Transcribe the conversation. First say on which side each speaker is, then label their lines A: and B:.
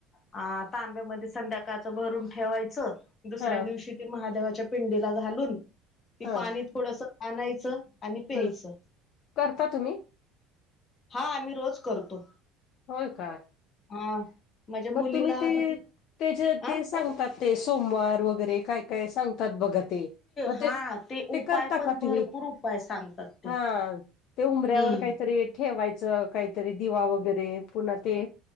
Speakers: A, on the left; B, on the left.
A: अ तांब्यामध्ये संध्याकाळचं भरून ठेवायचं. दुसऱ्या
B: हा
A: दिवशी ती महादेवाच्या पिंडीला घालून ती
B: हा
A: पाणी थोडस आणायचं. आणि प्यायचं.
B: हम्म. करता तुम्ही
A: हा, आम्ही रोज करतो.
B: होय, का
A: हा माझ्या मुलीला
B: मग तुम्ही, ते
A: मतलब
B: त्याच्या ते
A: अ
B: सांगतात. ते सोमवार वगैरे काय काय सांगतात. बघा ते मग
A: हा
B: ते
A: उपाय
B: ते करता
A: पण
B: का
A: भरपूर
B: तुम्ही
A: उपाय सांगतात ते
B: हा ते उमऱ्यावर
A: हम्म
B: काहीतरी ठेवायचं काहीतरी दिवा वगैरे, पुन्हा ते